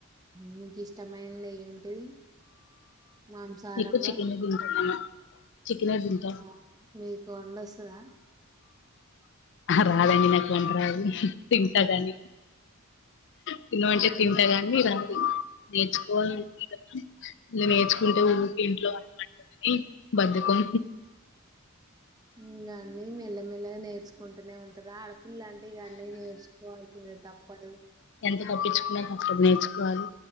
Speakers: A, on the right; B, on the left.
A: మీకు ఇష్టమైంది ఏంటిది మాంసాహారంలో
B: ఎక్కువ చిక్కెన్నే తింటా చికెనే తింటా
A: అవును మీకు <unintelligible>
B: రాదండి నాకు వంట రాదు తింటాదని తిను అంటే
A: అవునా
B: తింటగానీ రాదు నేర్చుకోవాల అనుకుంది కదా ఇలా నేర్చుకుంటే ఊరికే ఇంట్లో వందమంటారు ఏ బద్ధకం
A: ఇంగా అన్ని మెల్లమెల్లగా నేర్చుకుంటూనే ఉంటరా ఆడ ఇల్లు అంటే ఇగ అన్ని చేసుకోవాల్సిందే తప్పదు
B: ఎంత తప్పించుకున్నా తప్పదు నేర్చుకోవాలి